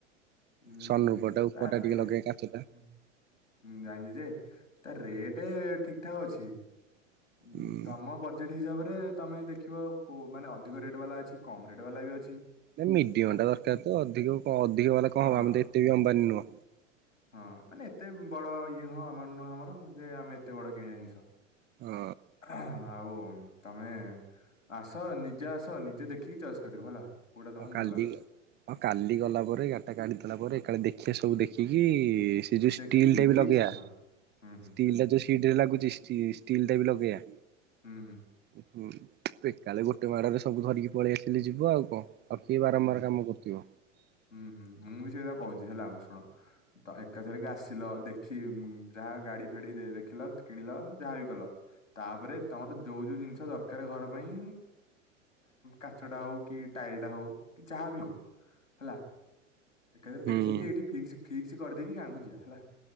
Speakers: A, on the left; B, on the right.
A: ହୁଁ
B: ସନରୁଫ ଟା ଉପର
A: ତା
B: ଟା
A: ରେଁ
B: ଟିକେ ଲଗେଇବା କାଚଟା
A: ହୁଁ ଜାଣିଲି ଯେ। ତା ରେଟ୍ ଠିକ ଠାକ୍ ଅଛି। ହଁ
B: ଉଁ।
A: ତମ ବଜେଟ୍ ହିସାବରେ। ତମେ ଦେଖିବ କୋ ମାନେ ଅଧିକ ରେଟ୍ ବାଲା ବି ଅଛି କମ ରେଟ୍ ବାଲା ବି ଅଛି।
B: ମିଡିୟମ
A: ହେଲା
B: ଟା ଦରକାର ତ ଅଧିକ ଅଧିକ ବାଲା କଣ
A: ହଁ
B: ହବ ଆମେ ତ ଏତେ ବି ଅମ୍ବାନୀ ନୁହଁ।
A: ହଁ ମାନେ ଏତେ ବଡ ଇଏ ନୁହଁ ଆକାଉଣ୍ଟ ନୁହଁ ଆମର ଯେ ଆମେ ଏତେ ବଡ କିଣିବା ଜିନିଷ।
B: ହଁ।
A: ଆଉ ତମେ, ଆସ ନିଜେ ଆସ ନିଜେ ଦେଖିକି ଚଏସ କରିବ ହେଲା। କୋଉଟା ତମକୁ
B: ହ କାଲି,
A: ଭଲ ଲାଗୁଛି
B: ହ କାଲି ଗଲା ପରେ ଗାଡିଟା କାଢିଦେଲା ପରେ, ଏକାେ ଦେଖିବା ସବୁ ଦେଖିବା କିଏ କି? ସେ ଯୋଉ
A: ଦେଖିକି
B: ଷ୍ଟିଲ୍ ଟା ବି
A: ଫିକ୍ସ
B: ଲଗେଇବା
A: ହଁ। ହୁଁ ହୁଁ
B: ଷ୍ଟିଲ୍
A: ହୁଁ
B: ଟା ଯୋଉ ସିଡ ରେ ଲାଗୁଛି ଷ୍ଟିଲ୍ ଟା ବି ଲଗେଇବା।
A: ହୁଁ
B: ହଁ ସେ କାଳେ ଗୋଟେ ମାଡରେ ସବୁ ଧରିକି ପଳେଇ ଆସିଲେ ଯିବ ଆଉ କଣ। ଆଉ କିଏ ବାରମ୍ବାର
A: ହୁଁ,
B: କାମ କରୁଥିବ।
A: ହୁଁ ହୁଁ ମୁଁ ବି ସେଇଟା କହୁଛି। ଝ ହେଲା ମୁମ ଶୁଣ ତ ଏକାଥରିକ ଆସିଲ ଦେଖ କି, ଯାହା ଗାଡ଼ି ଫାଡ଼ି ଦେଖିଲ କିଣିଲ ଯାହାବି କଲ, ତାପରେ ତମର ଯୋଉ ଯୋଉ ଜିନିଷ ଦରକାର ଘର ପାଇଁ କାଚଟା ହଉ କି ଟାଇଲଟା ହଉ। କି ଯହା ବି ହଉ ହେଲା। ଏକାଥରେ
B: ହୁଁ।
A: ଦେଖିକି ଏଇଠି ଫିକ୍ସ୍। ଫିକ୍ସ କରିଦେଇକି ଗାଁକୁ ଯିବା ହେଲା।